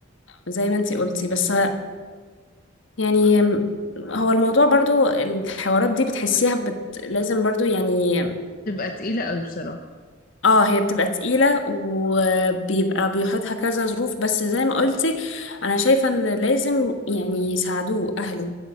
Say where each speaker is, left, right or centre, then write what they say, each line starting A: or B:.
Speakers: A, on the left (about 70°); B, on the left (about 45°).
A: زي ما انت قلتي بس يعني أم، هو الموضوع برضو الحوارات دي بتحسيها بت... لازم برضو يعني
B: تبقى تقيلة قوي بصراحة
A: اه هي بتبقى تقيلة وبيبقى بيحطها كذا ظروف بس زي ما قلتي انا شايفة ان لازم يعني يساعدوه اهله